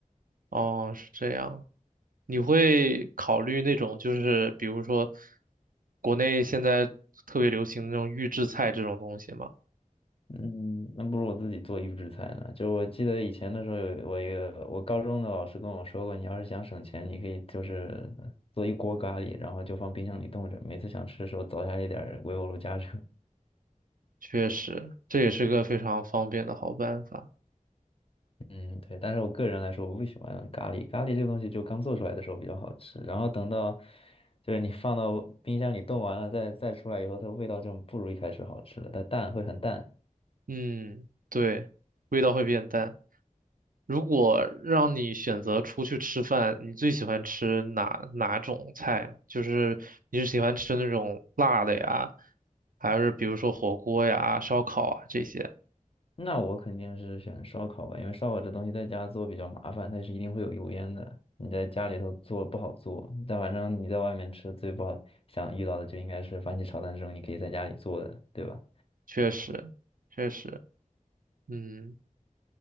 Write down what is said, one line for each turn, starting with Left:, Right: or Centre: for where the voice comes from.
Right: 哦，是这样。你会考虑那种就是比如说国内现在特别流行的那种预制菜这种东西吗？
Left: 嗯，那不如我自己做预制菜呢。就我记得以前的时候有，我一个我高中的老师跟我说过，你要是想省钱，你可以就是做一锅咖喱，然后就放冰箱里冻着，每次想吃的时候凿下来一点儿微波炉加热。
Right: 确实，这也是个非常方便的好办法。
Left: 嗯，对，但是我个人来说，我不喜欢咖喱。咖喱这个东西，就刚做出来的时候比较好吃，然后等到就是你放到冰箱里冻完了，再再出来以后，它味道就不如一开始好吃了，它淡会很淡。
Right: 嗯，对，味道会变淡。如果让你选择出去吃饭，你最喜欢吃哪哪种菜呢就是你是喜欢吃那种辣的呀，还是比如说火锅呀、烧烤啊这些？
Left: 那我肯定是选烧烤吧，因为烧烤这东西在家做比较麻烦，它是一定会有油烟的。你在家里头做不好做，但反正你在外面吃最不好想遇到的就应该是番茄炒蛋这种，你可以在家里做的，对吧？
Right: 确实，确实，嗯。